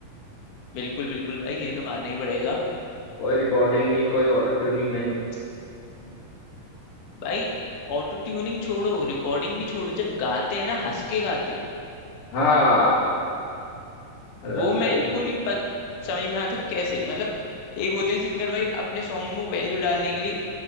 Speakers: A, on the left; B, on the left.
A: बिल्कुल बिल्कुल भाई ये तो मानना ही पड़ेगा
B: कोई रिकॉर्डिंग नहीं कोई ऑटो ट्यूनिंग नहीं
A: भाई ऑटो ट्यूनिंग छोड़ो रिकॉर्डिंग भी छोड़ो जब गाते हैं ना हंस के गाते हैं
B: हाँ अरे
A: वो मैं
B: भाई
A: को नहीं प, समझ में आता कैसे मतलब एक होते हैं सिंगर भाई अपने सॉन्ग में वैल्यू डालने के लिए